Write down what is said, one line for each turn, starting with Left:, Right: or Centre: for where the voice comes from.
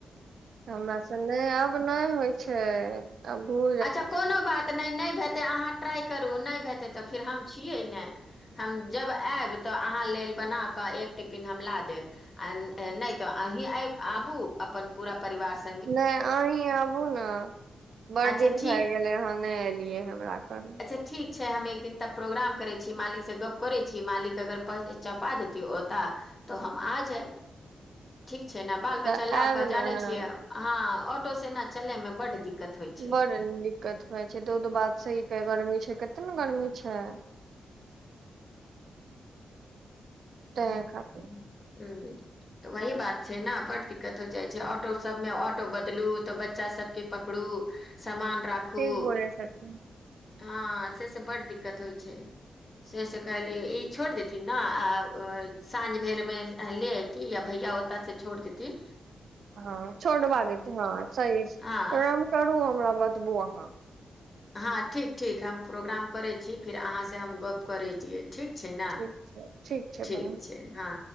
Right: हमरा स नहि आब नहि होइ छै अ भू
Left: अच्छा कोनो बात नभ नभ हेतै अहाँ ट्राइ करू नईभ हेतै तऽ फेर हम छियै ने हम जब आयब तऽ अहाँ लेल बनाकऽ एक टिफिन हम ला देब आ नहि तऽ अही यै आबू अपन पूरा परिवार स
Right: नहि अहीं आबु न बड़
Left: अच्छा
Right: दिर
Left: ठीक
Right: भए गेलै अहाँ नहि एलियै हमरा कन
Left: से ठीक छै हम एक दिन तऽ प्रोग्राम करै छी मालिकसँ गप्प करैत छी मालिक अगर चपा देैतिय ओतय तऽ हम आ जाएब ठीक छै ने बाल
Right: तऽ
Left: बच्चा लए
Right: आयब
Left: कऽ जानै
Right: ने अहाँ
Left: छियै अहाँ ऑटो से ने चले मे बड दिक्कत होइ छै
Right: बड़ निक्कत भइ जाय छै। तऽ बात सही कहैत छीगर्मी छै, कतेक ने गर्मी छै तैं
Left: ह
Right: खातिर
Left: हू ह तऽ वही बात छै न बड दिक्कत हो जाइ छै ऑटो सब मे ऑटो बदलू तऽ बच्चा सबके पकड़ू सामान राखू
Right: ठीक बोलै छथिन
Left: हँ से से बड दिक्कत होइ छै से से कहलियै ई छोड़ देथिन ना आ अ साँझ भेल मे ले यती या भैया ओत से छोड़ देथी
Right: हँ छोट ब देते हँ सही तो
Left: हँ
Right: हम करू हमरा बतबू अहाँ
Left: हँ ठीक ठीक हम प्रोग्राम करै छी फिर अहाँ से हम गप करैत छीय ठीक छै ने
Right: ठीक छै छै
Left: ठीक
Right: बहिन
Left: छय हँ